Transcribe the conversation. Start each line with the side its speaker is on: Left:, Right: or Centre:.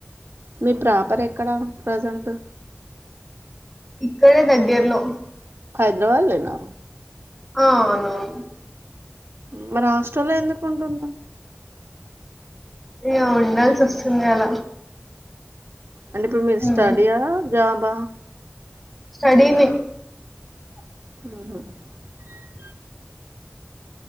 Right: మీ ప్రాపర్ ఎక్కడా ప్రజెంట్
Centre: ఇక్కడె దగ్గర్లో
Right: హైదరాబాద్ లేనా
Centre: ఆ ఔనౌను
Right: మర్ ఆస్టళ్ల ఎందుకుంటున్నవ్
Centre: ఇగా ఉండాల్సి ఒస్తుంది అలా
Right: అంటె ఇప్పుడ్ మీర్
Centre: హ్మ్
Right: స్టడియా జాబా
Centre: స్టడీ నె
Right: ఆ